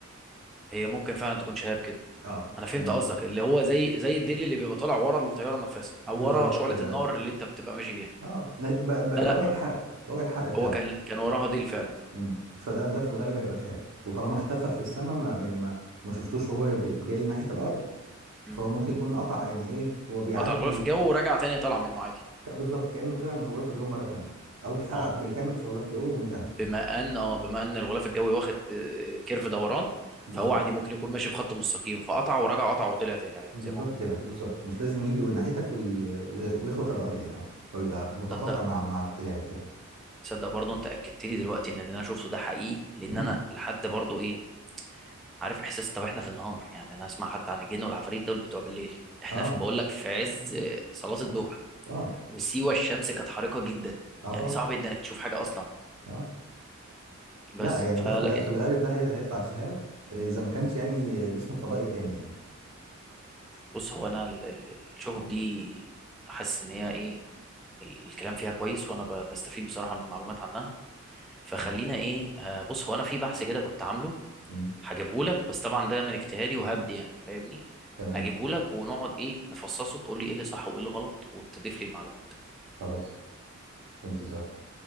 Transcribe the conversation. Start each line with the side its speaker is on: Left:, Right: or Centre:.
Centre: هي ممكن فعلا تكون شهاب كده
Right: اه
Centre: انا فهمت
Right: هنا
Centre: قصدك اللي هو زي زي الديل اللي بيبقى طالع ورا الطياره نفسها او
Right: بالظبط
Centre: ورا شعله
Right: كده
Centre: النار اللي انت بتبقى ماشي بيها
Right: اه ن- ب- ب-
Centre: لا
Right: بواقي
Centre: لا
Right: الحرق بواقي الحرق بتاعه
Centre: هو كان كان وراها ديل فعلا
Right: امم فده ده في الغالب هيبقى شهاب وطالما اختفى في السماء ما يعني ما ما شفتوش وهو بي- جاي ناحيه الارض
Centre: مم.
Right: فهو ممكن يكون قطع يعني ايه هو بيعدي
Centre: قطع الغلاف الجوي ورجع تاني طلع منه عادي
Right: ك- بالظبط كأنه طلع من الغلاف الجوي مرة تانية او اتحرق
Centre: اه
Right: بالكامل في الغلاف الجوي وانتهى
Centre: بما ان اه بما ان الغلاف الجوي واخد آه، كيرف دوران
Right: بالظبط
Centre: فهو عادي ممكن يكون ماشي في خط مستقيم فقطع ورجع قطع وطلع تاني عادي
Right: بالظبط
Centre: زي ما هو
Right: كده بالظبط مش لازم يجي ناحيتك وي... ويخ- ويخبط الارض يعني او او يبقى متقاطع
Centre: تصدق
Right: مع مع اتجاهك يعني
Centre: تصدق برضه انت اكدت لي دلوقتي ان اللي انا شفته ده حقيقي لان
Right: امم
Centre: انا لحد برضه ايه عارف احساس طب احنا في النهار يعني انا اسمع حتى عن الجن والعفاريت دول بتوع بالليل احنا
Right: اه
Centre: في بقول لك في عز آه، صلاة الظهر
Right: اه
Centre: وسيوة الشمس كانت حارقة جدا
Right: اه
Centre: يعني
Right: طبعا
Centre: صعب جدا انك تشوف حاجة اصلا
Right: اه
Centre: بس
Right: لا يعني
Centre: فلكن
Right: ده في الغ... في الغالب ده هي... هيطلع شهاب آه، اذا ما كانش يعني جسم فضائي تاني يعني
Centre: بص هو انا ال- ال- الشهب دي حاسس ان هي ايه ال- الكلام فيها كويس وانا ب- بستفيد بصراحه من معلومات عنها فخلينا
Right: مم.
Centre: ايه آه، بص هو انا في بحث كده كنت عامله
Right: مم.
Centre: هجيبه لك بس طبعا ده من اجتهادي وهبدي يعني فاهمني
Right: تمام
Centre: اجيبه لك ونقعد ايه نفصصه تقول لي ايه اللي صح وايه اللي غلط وتضيف لي المعلومات
Right: خلاص في انتظارك